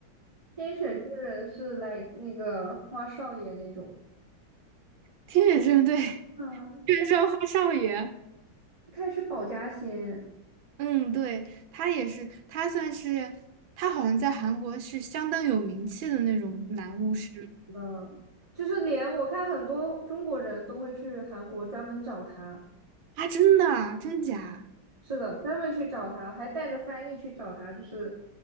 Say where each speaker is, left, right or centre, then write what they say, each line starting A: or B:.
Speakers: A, on the right (about 15°); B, on the right (about 80°).
A: 天选之人是 like 那个花少爷那种，
B: 天选之人，对，<laughs>
A: 嗯，
B: 天是说花少爷。
A: 他也是保家仙
B: 嗯，对，他也是，他算是，他好像在韩国是相当有名气的那种男巫师
A: 的，就是连我看很多中国人都会去韩国专门找他，
B: 啊，真的啊，真假？
A: 是的，专门去找他，还带着翻译去找他，就是